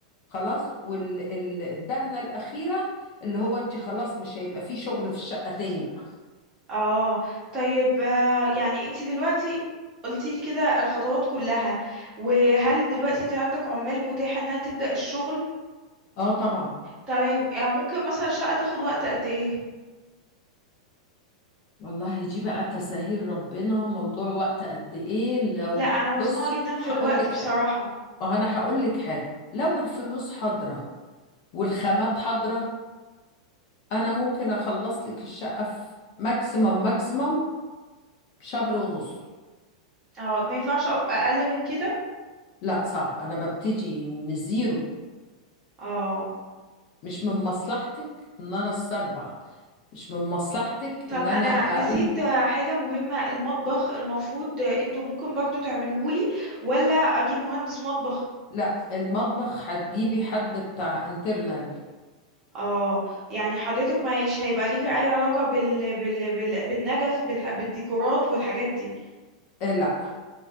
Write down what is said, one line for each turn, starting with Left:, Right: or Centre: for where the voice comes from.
Left: خلاص والدهنة الأخيرة اللي هو انت خلاص مش هيبقى فيه شغل في الشقة تاني بقى
Right: اه طيب آه، يعني انتي دلوقتي قلتيلي كده الخطوات كلها وهل دلوقتي انت عندك عمال متاحة انها تبدأ الشغل
Left: اه طبعا
Right: تمام يعني ممكن مثلا الشقة تاخد وقت قد ايه
Left: والله دي بقى تساهيل ربنا موضوع وقت قد ايه لو
Right: لا انا مزنوقة
Left: بصي
Right: جدا في
Left: هقول
Right: الوقت
Left: لك
Right: بصراحة
Left: حاجة ما هو انا هقول لك حاجة لو الفلوس حاضرة والخامات حاضرة أنا ممكن أخلص لك الشقة في ماكسيمم ماكسيمم شهر ونص
Right: اه ما ينفعش أق- اقل من كده
Left: لا صعب أنا ببتدي من الزيرو
Right: اه
Left: مش من مصلحتك إن أنا استربع مش من مصلحتك
Right: طب
Left: إن أنا
Right: انا نسيت
Left: أقول
Right: آه، حاجة مهمة المطبخ المفروض آه، انتوا ممكن برضو تعملهولي ولا اجيب مهندس مطبخ
Left: لا المطبخ هتجيبي حد بتاع انترنال
Right: اه يعني حضرتك مش هيبقى ليك اي علاقة بال... بال... بال... بالنجف بالح... بالديكورات والحاجات دي
Left: آه لا